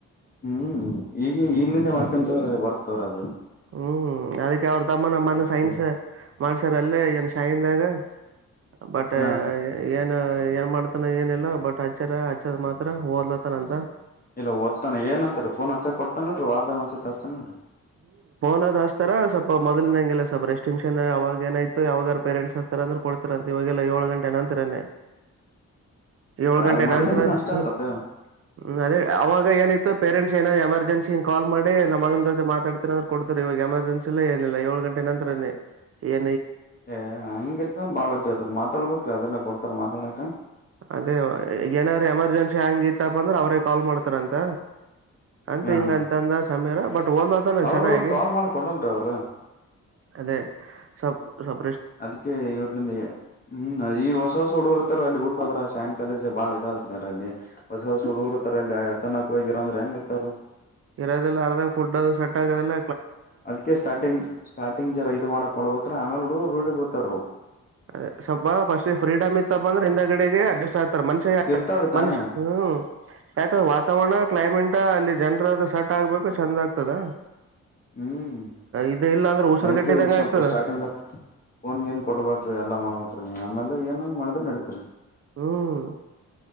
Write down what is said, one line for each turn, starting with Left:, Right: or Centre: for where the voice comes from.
Left: ಹ್ಮ್ ಈಗ ಈಗ್ಲಿಂದೆ ಮಾಡ್ಕೊಂತ್ರ ಬರ್ ತೋರದು.
Right: ಹ್ಮ್ ಹ್ಮ್ ಅದಕ್ಕೆ ಅವ್ರ ತಮ್ಮನ್ನ ಮೊನ್ನೆ
Left: ಅದಕ್ಕೆ
Right: ಸೈನ್ಸ್ ಮಾಡ್ಸ್ಯಾರ ಅಲ್ಲೇ ಎನ್ ನ್ದಾಗ ಬಟ್
Left: ಹಾ
Right: ಏನ ಏನ್ ಮಾಡ್ತಾನ ಏನಿಲ್ಲ ಬಟ್ ಅಚ್ಚಾರ ಅಚ್ಚಾರ ಮಾತ್ರ ಓದ್ಲಾತಾನ ಅಂತ.
Left: ಇಲ್ಲ ಓದ್ತಾನ ಏನಂತಾರ ಫೋನ್ ಹಚ್ಚ ಕೊಡ್ತಾನಿಲ್ರಿ ವಾರದಾಗ ಒಂದ್ಸತಿ ಹಚ್ತಾನಿಲ್ರಿ.
Right: ದತರ. ಮೊದಲಿನಂಗಿಲ್ಲ ಸ್ವಪ ರೆಸ್ಟಿಂಕ್ಷನ್ ಅವಾಗೇನಾಯ್ತ ಯಾವಾಗಾರ ಪೇರೆಂಟ್ಸ್ತ ಹಚ್ತಾರ ಅಂದ್ರ ಕೊಡ್ತಾದ್ರ ಅಂತ ಇವಾಗೆಲ್ಲ ಏಳ್ ಗಂಟೆ ನಂತರ ನೇ ಏಳ್ ಗಂಟೆ
Left: ಅ ಮೊದಲಿಂದನ
Right: ನಂತರ ಹ್ಮ
Left: ಅಷ್ಟೇ ಆದ್ರ ಅದು
Right: ಹ್ಮ್ ಅದೇ ಅವಾಗ ಏನಿತ್ತ ಪೇರೆಂಟ್ಸ್ ಏನೋ ಎಮರ್ಜನ್ಸಿ ಹಿಂಗ್ ಕಾಲ್ ಮಾಡಿ ನಮ್ಮಗನ ಜೊತೆ ಮಾತಾಡ್ತಿನಂದ್ರ ಕೊಡ್ತದ್ರ ಇವಾಗ ಎಮರ್ಜೆನ್ಸಿ ಇಲ್ಲ ಏನಿಲ್ಲ ಏಳ್ ಗಂಟೆ ನಂತರ ನೇ ಎ
Left: ಏ ಹಂಗಿತ್ತ ಬಾಳೊಜ್ಜತ್ರಿ ಮಾತಾಡ್ಬೇಕ್ರೀ ಅದೆಲ್ಲಾ ಕೊಡ್ತಾರ ಮಾತಾಡಕ.
Right: ಅದೇ ಈಖ ಏನಾರ ಎಮರ್ಜೆನ್ಸಿ ಹಂಗ ಇತ್ತಪ್ಪ ಅಂದ್ರೆ ಅವ್ರೇ ಕಾಲ್ ಮಾಡ್ತಾರಂತ. ಅಂತ
Left: ಹ
Right: ಹಿಂಗಂತ
Left: ಹಾ
Right: ಅಂದ ಸಾಮ್ಯರ ಬಟ್ ಒಂದಂತ
Left: ಅವರು
Right: ಚೆನ್ನಾಗಿ
Left: ಕಾಲ್ ಮಾಡ ಕೊಡಲ್ರಿ ಅವ್ರು
Right: ಅದೇ ಸಪ್ ಸಪ್
Left: ಅದಕ್ಕೆ ಇವರ್ಲಿಂದ ಹ್ಮ ಈ ಹೊಸ ಹೊಸ ಹುಡುರ್ತಾರ ಅಲ್ಲಿ ಬಿುಟ್ಟು ಹೋದ್ರ ಸಾನ್ ಕಾಲೇಜ್ ಬಾಳ ಇದಾದ ಅಲ್ಲಿ ಹೊಸ ಹೊಸ ಹುಡುಗರ್ತಾರ ಅಲ್ಲಿ ಚೆನ್ನಾಗಿ ಹೋಗಿರ ಅಂದ್ರೆ ಹೆಂಗ ಇರ್ತಾರು
Right: ಇರೋದಲ್ಲ ಅರ್ದಾಗ ಫುಡ್ ಅದು ಸೆಟ್ ಆಗದಿಲ್ಲ.
Left: ಅದ್ಕೆ ಸ್ಟಾರ್ಟಿಂಗ್ ಸ್ಟಾರ್ಟಿಂಗ್ ಜರ ಇದು ಮಾಡಕ್ಕೊಳ್ಬೇಕ್ರ ಆಮೇಲೆ ಹುಡುಗುರು ರೂಢಿ ಬಿರ್ತಾರವು.
Right: ಅದ ಸ್ವಲ್ಪ ಫಸ್ಟ್ ಫ್ರೀಡಮ್ ಇತ್ತಪ್ಪ ಅಂದ್ರ ಹಿಂದಗಡೆಗೆ ಅಡ್ಜಸ್ಟ್ ಆಗ್ ಮನ್ಷ್ಯರ
Left: ಇರ್ತಾವ್ರಿ
Right: ಮನ್ಷ್
Left: ತಾನೇ
Right: ಹ್ಮ ಯಾಕ ವಾತಾವರಣ ಕ್ಲೈಮೇಟ್ ಅಲ್ಲಿ ಜನ ಸೆಟ್ ಆಗ್ಬೇಕು ಚೆಂದ ಆಗ್ತದ.
Left: ಹ್ಮ್
Right: ಇದು ಇಲ್ಲ ಅಂದ್ರೆ ಉಸರು
Left: ಅದಕ್ಕೆ
Right: ಕಟ್ಟಿದಂಗ
Left: ಈಗ ಸ್ವಲ್ಪ
Right: ಆಗ್ತದ
Left: ಸ್ಟಾರ್ಟಿಂಗ್ ಫೋನ್ ಗೀನ್ ಕೊಡ್ಬಾಡ್ ಎಲ್ಲ ಮಾಡಬೇಕೀ ಆಮೇಲೆ ಏನ ಮಾಡಿದ್ರು ನಡೀತ್ರಿ.
Right: ಹ್ಮ್